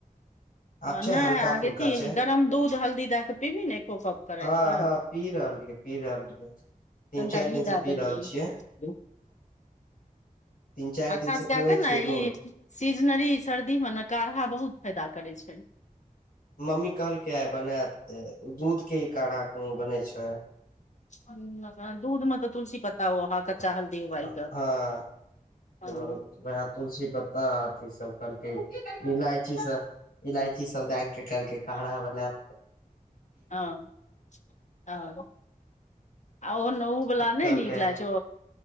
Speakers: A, on the left; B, on the left.
A: ह
B: आब
A: नहिगे
B: छै हल्का फुल्का छै
A: गरम दूध हल्दी द क पिबी ने एको कप क राति
B: हँ हँ पी रहल रहियै पी
A: क
B: रहल रहियै तीन
A: तनिका
B: चारि
A: घी
B: दिन
A: द
B: से पी
A: देलिये
B: रहल छियै तीन चारि
A: अखन
B: दिन
A: स
B: से
A: कए
B: पीबै
A: एते ने
B: छियै रोज
A: ई सीजनरी सर्दी मे न काढ़ा बहुत फायदा करै छै
B: मम्मी कहलकै आइ बनात ओ दूध के कोनो काढ़ा कोनो बनै छै
A: दूध मतलब तुलसी पत्ता ओ आहा क चा हल्दी उबालि
B: हँ
A: कऽ हँ
B: त वैह तुलसी पत्ताथ ई सब करलके इलायची सब इलायची सब दए के कहलके काढ़ा बनाब
A: हँ ह ऑ आउ न उ बला
B: कहलकै
A: नहि नीक लाग छो